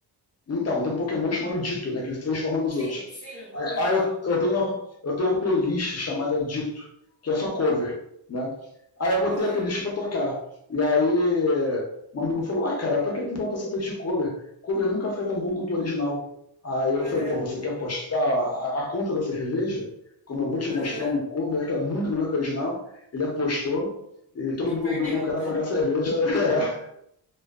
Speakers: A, on the left; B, on the right.
A: Então, tem um Pokémon chamado Ditto, né? Que ele se transforma nos
B: sim,
A: outros.
B: sim. Aham,
A: Aí eu, eu, tenho uma, eu tenho uma playlist chamada Ditto, que é só cover, né? Aí eu botei
B: aham,
A: a playlist pra tocar. E aí um amigo falou, ah, cara, pra que tu bota essa playlist cover? Cover nunca foi tão bom quanto o original. Aí eu
B: aham.
A: falei, pô, você quer postar a, a conta da cerveja? Como eu vou te
B: Aham,
A: mostrar um cover que é muito melhor que o original, ele apostou e todo
B: E
A: mundo
B: perdeu.
A: obrigou o cara a pagar a cerveja. <laughs>